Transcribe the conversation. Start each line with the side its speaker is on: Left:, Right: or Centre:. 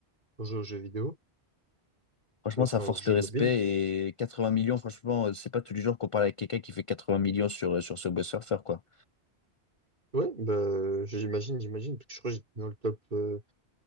Right: pour jouer aux jeux vidéo,
Left: Franchement,
Right: euh, enfin
Left: ça force
Right: aux jeux
Left: le respect
Right: mobiles.
Left: et 80 millions, franchement, euh, c'est pas tous les jours qu'on parle avec quelqu'un qui fait 80 millions sur, euh, sur ce beau surfer quoi.
Right: Ouais, bah j'imagine, j'imagine, parce que je crois que j'étais dans le top, euh,